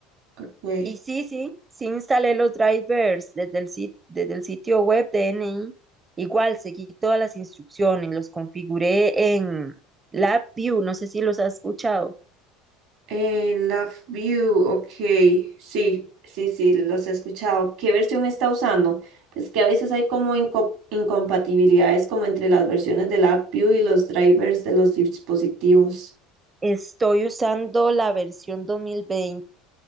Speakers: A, on the right; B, on the right.
A: ok.
B: Y sí, sí, sí instalé los drivers desde el, sit- desde el sitio web de N I Igual, seguí todas las instrucciones, los configuré en LabVIEW, no sé si los has escuchado.
A: Eh, Love View, ok, sí, sí, sí, los he escuchado. ¿Qué versión está usando? Es que a veces hay como inco- incompatibilidades como entre las versiones de Love View y los drivers de los dispositivos.
B: Estoy usando la versión dos mil veinte